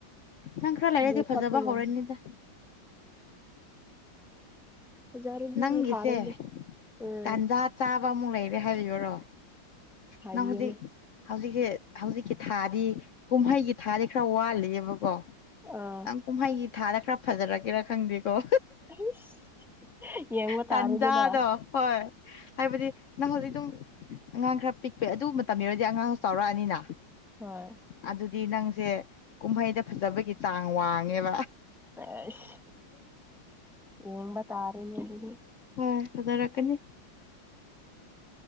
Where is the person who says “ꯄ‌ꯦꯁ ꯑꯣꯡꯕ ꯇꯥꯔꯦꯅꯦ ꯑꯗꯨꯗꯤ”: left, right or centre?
Centre